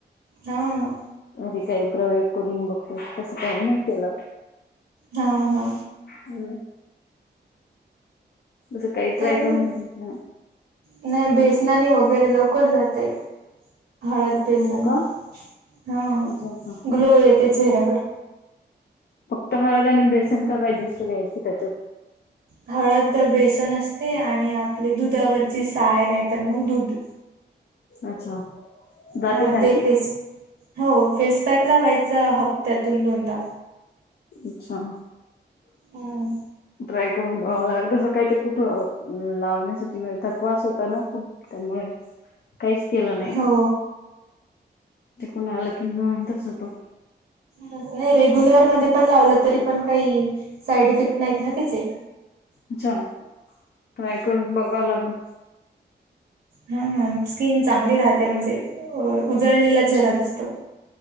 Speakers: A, on the right; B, on the left.
A: हा.
B: घरी काही प्रयोग करून बघत तस काही नाही केल.
A: हा हा.
B: हम्म. जसं काही
A: तरी
B: ट्राय
A: ते
B: ब ना
A: नाही बेसनानी वगैरे लवकर जाते. हळद बेसन
B: हो का
A: हा
B: अच्छा अच्छा
A: ग्लो येते चेहऱ्यावर.
B: फक्त हळद आणि बेसन का काय दुसर काही असते त्याच्यात?
A: हळद बेसन असते आणि आपले दुधावरची साय नाही तर मग दूध.
B: अच्छा. जाते
A: हा
B: त्यानी
A: ते फेस हो फेसपॅक ला व्हायचं हप्त्यातून दोनदा.
B: अच्छा.
A: हम्म.
B: ट्राय करून बघ लागेल तसं काय ते कुठं लावण्यासाठी थकवास होता ना खूप. त्यामुळे काहीच केलं नाही.
A: हो
B: ते कुण आलं की म्हणताच होतो.
A: नाही रेग्युलर मध्ये पण लावलं तरी पण काही साईड इफेक्ट नाहीत ना त्याचे?
B: अच्छा ट्राय करून बघाव लागेल.
A: हा हा स्किन चांगली राहते म्हणजे अ उजळलेला
B: अच्छा
A: चेहरा दिसतो.